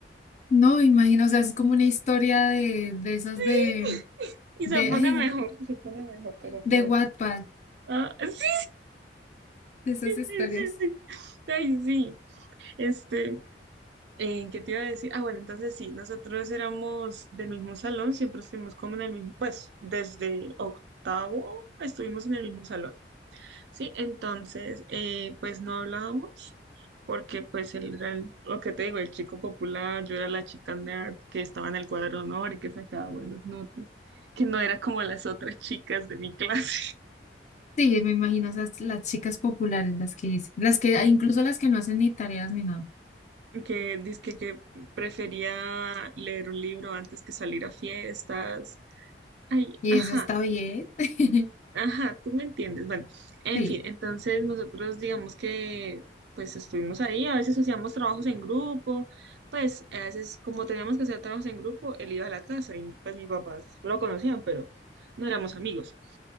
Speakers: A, on the left; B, on the right.
A: no, imagino, o sea, es como una historia de, de
B: <laughs>
A: esas
B: Sí,
A: de,
B: y
A: de,
B: se pone
A: ay,
B: mejor, se pone mejor, te lo prometo.
A: de Wattpad,
B: Ah, sí,
A: de esas
B: sí,
A: historias.
B: sí, sí, sí, sí. sí. Ay, sí. Este, eh, ¿qué te iba a decir? Ah, bueno, entonces sí, nosotros éramos del mismo salón, siempre estuvimos como en el mismo, pues desde octavo estuvimos en el mismo salón. Sí, entonces, eh, pues no hablábamos, porque pues él era el- lo que te digo, el chico popular, yo era la chica nerd que estaba en el cuadro de honor y que sacaba buenas notas, que no era como las otras chicas de mi clase,
A: Sí, me imagino, esas las chicas populares, las que dicen, las que,
B: <laughs> que,
A: incluso las que no hacen ni tareas ni nada.
B: que dizque que prefería leer un libro antes que salir a fiestas. Ay,
A: Y
B: ajá.
A: eso está bien. <laughs>
B: Ajá, tú me entiendes. Bueno, en
A: Sí.
B: fin, entonces nosotros digamos que pues estuvimos ahí, a veces hacíamos trabajos en grupo, pues a veces como teníamos que hacer trabajos en grupo, él iba a la casa y pues mis papás lo conocían, pero no éramos amigos.